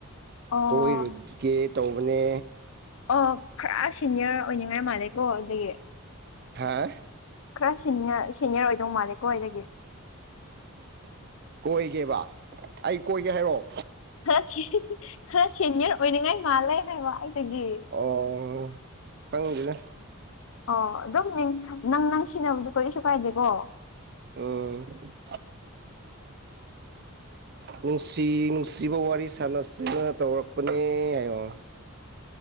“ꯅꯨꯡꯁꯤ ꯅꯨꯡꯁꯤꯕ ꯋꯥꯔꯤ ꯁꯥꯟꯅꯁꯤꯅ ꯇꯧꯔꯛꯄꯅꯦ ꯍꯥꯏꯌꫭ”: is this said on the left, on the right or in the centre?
Right